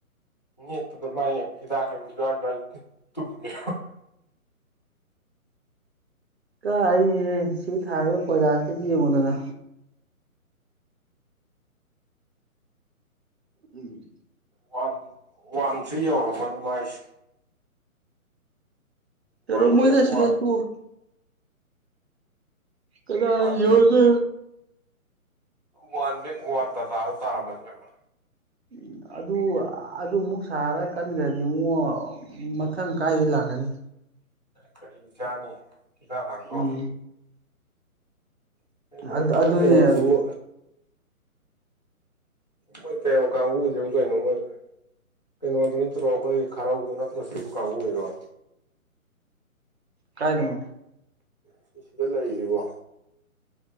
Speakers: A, on the left; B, on the right.
A: <unintelligible> ꯅꯦꯠꯄꯗ ꯃꯥꯏ ꯍꯤꯗꯥꯛ ꯖ꯭ꯋꯥꯢ ꯖ꯭ꯋꯥꯢ ꯇꯨꯝꯃꯤꯕ
B: ꯀꯥꯏꯁꯤꯅꯦ ꯁꯤ ꯊꯥꯔꯤꯕ ꯀꯣꯏꯂꯥꯁ ꯀꯥꯡꯁꯤ ꯌꯦꯡꯉꯨꯗꯅ ꯎꯝ
A: ꯋꯥꯟ ꯋꯥꯟ ꯊ꯭ꯔꯤ ꯌꯧꯔꯝꯃꯅꯤ ꯃꯥꯏꯁꯦ ꯋꯥꯟ
B: ꯌꯧꯔꯝꯃꯣꯢꯗ
A: ꯕꯦꯛ ꯋꯥꯟ
B: ꯁꯤꯗ ꯇꯣꯛ ꯀꯗꯥꯢ
A: ꯋꯥꯟ
B: ꯌꯧꯗꯣꯢꯅꯣ
A: ꯕꯦꯛ ꯋꯥꯟ ꯕꯦꯛ ꯋꯥꯟ ꯇꯥꯇꯗꯨ ꯇꯥꯔꯝꯃꯅꯦꯕ
B: ꯎꯝ ꯑꯗꯨ ꯑꯗꯨ ꯑꯃꯨꯛ ꯁꯥꯔ ꯀꯟꯒ꯭ꯔꯗꯤ ꯑꯃꯨꯛ ꯃꯊꯪ ꯀꯥꯏꯗꯒꯤ ꯂꯥꯛꯀꯅꯤ
A: ꯀꯔꯤ ꯆꯥꯅꯤ ꯊꯤꯀ ꯀꯥꯡꯕꯨ
B: ꯎꯝ
A: <unintelligible>
B: ꯑꯗꯨ ꯑꯗꯨꯅꯦ
A: ꯃꯣꯢ ꯀꯩꯅꯣꯁꯤꯕꯨ ꯃꯣꯏ ꯀꯩꯔꯥꯎ ꯀꯥꯡꯕꯨꯁꯤꯕꯨ ꯀꯩꯅꯣ ꯃꯣꯢ ꯀꯩꯅꯣꯗꯨ ꯅꯠꯇ꯭ꯔꯣ ꯑꯩꯈꯣꯏ ꯈꯔꯥꯎꯗꯣ ꯅꯠꯇ꯭ꯔꯣ ꯁꯤꯕꯨ ꯀꯥꯡꯕꯨ ꯁꯤꯕꯣ <unintelligible>
B: ꯀꯥꯏꯗꯅꯣ
A: ꯁꯤ ꯁꯤꯗ ꯂꯩꯁꯤꯕꯣ